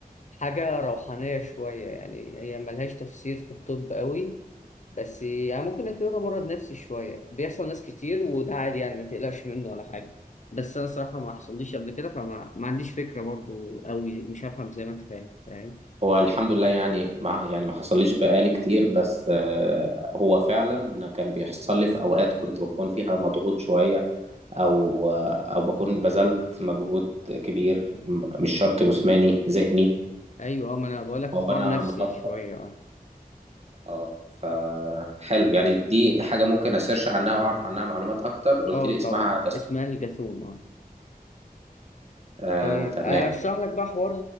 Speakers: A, on the left (about 50°); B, on the right (about 40°).
A: حاجة روحانية شوية يعني هي ملهاش تفسير في الطب قوي بس يعني ممكن نعتبرها مرض نفسي شوية بيحصل ناس كتير وده عادي يعني ما تقلقش منه ولا حاجة بس أنا صراحة ما حصليش قبل كده فما ما عنديش فكرة برضو قوي مش هفهم زي ما أنت فاهم فاهم
B: هو الحمد لله يعني مع يعني ما حصليش بقالي كتير بس آه، هو فعلا كان بيحصل لي في اوقات كنت بكون فيها مضغوط شوية او آه، او بكون بذلت مجهود كبير م- مش شرط جسماني ذهني
A: أيوة أه ما أنا بقول لك
B: او
A: حوار
B: انا
A: نفسي
B: مطبق
A: شوية أه
B: اه فحلو يعني دي حاجة ممكن اسيرش عنها واعرف عنها معلومات اكتر قلت
A: أه
B: لي اسمها
A: طبعا
B: جسم
A: اسمها الجاثوم
B: آه
A: طيب
B: تمام
A: اشرح لك بقى حوار